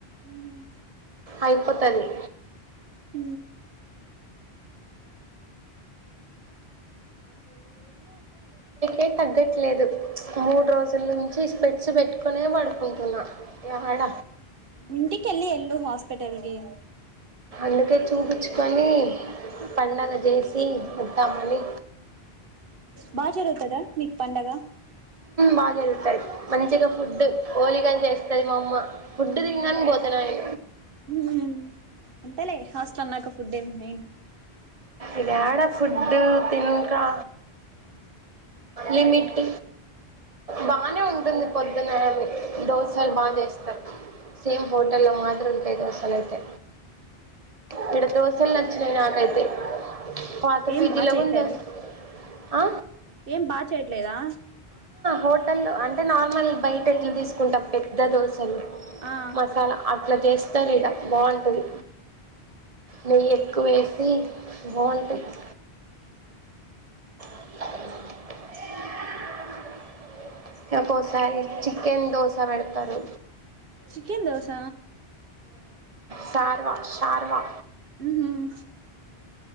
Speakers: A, on the right; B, on the right.
A: మ్మ్
B: అయిపోతుంది
A: హ
B: అే తగ్గట్లేదు మూడు రోజుల నుంచి స్పెట్స్ పెట్టుకునే పడుకుంటున్నా యాడ
A: ఇంటికిల్లి ఎల్లు హాస్పిటల్ కి
B: అందుకే చూపించుకొని పండగ చేసి ఉంటామని
A: బా జరువుతదా నీకు పండగ
B: బాగా జదుగుతాది మంచిగా ఫుడ్ హోలిగాలు చేస్తది మా అమ్మ ఫుడ్డు తింని పోతున్నా అడి
A: హ అంతలే హాస్టల్ అన్నాక ఫుడ్ ఏం మయిన్
B: ఇదిడ ఫుడ్ తింకా లిమిట్ బానే ఉంటుంది పొద్దునని దోశలు బాగా చేస్తారు. సేమ్ హోటెల్ మాదిరి ఉంటాయి దోసెలైతే అయితే ఫుల్ నచ్చినాయి నాకైతే పాత
A: ఏం
B: పీజీలో
A: బాగా చెయ్యట్లేదా
B: కూడా దోశ ఆ?
A: ఏం బాగా చేయట్లేదా
B: హోటల్ అంటే నార్మల్ బయట ఎట్లు తీసుకుంటాం పెద్ద దోశలు
A: ఆ
B: మసాలా అట్లా చేస్తారు ఇడ బాగుంటుంది నెయ్యి ఎక్కువ వేసి బాఉంటుంది <inaudible> ఒక్కకోసారి చికెన్ దోశ పెడతారు
A: చికెన్ దోస
B: సార్వా సార్వా
A: <inaudible>